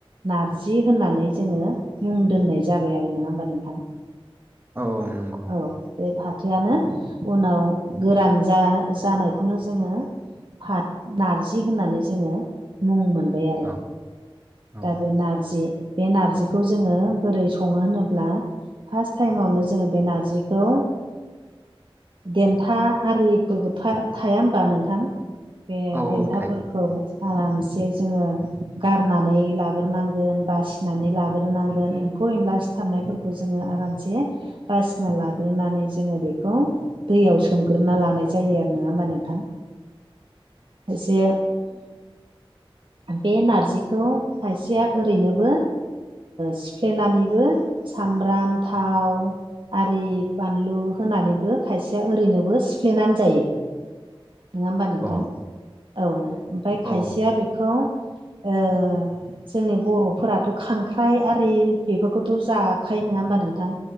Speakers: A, on the right; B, on the right.
A: नारजि होननानै जोङो मुं दोननाय जाबाय आरो नङा होमबा नोंथां?
B: औ औ नंगौ
A: औ बे फा थोयानो उनाव
B: उम,
A: गोरान जा जानायखौनो जोङो फाथ नारजि होननानै जोङो मुं मोन बाय आरो
B: औ औ
A: दा बे नारजि बे नारजिखौ जोङो बोरै सङो होनोब्ला फार्स्ट टाइमावनो जोङो बे नारजिखौ देन्था आरिफोरबो थाया होमबा नोंथां? बे
B: औ
A: देन्थाफोरखौ
B: थायो
A: आरामसे जोङो गारनानै लाग्रोनांगोन बासिनानै लाग्रोनांगोन एम्फौ एनला सिथाबनायफोरखौ जोङो आरामसे बासिना लाग्रोनानै जोङो बेखौ दैयाव सोमग्रोना लानाय जायो आरो नङा होमबा नोंथां? एसे बे नारजिखौ खायसेया ओरैनोबो सिफ्लेनानैबो सामब्राम थाव आरि बानलु होनानैबो खायसेया ओरैनोबो सिफ्लेनानै जायो नङा होमबा नोंथां
B: अ
A: औ ओमफ्राय खायसेया
B: औ
A: बे खौ ओ जोंनि बर'फोराथ' खांख्राइ आरि बेफोरखौथ' जाखायो नङा होमबा नोंथां?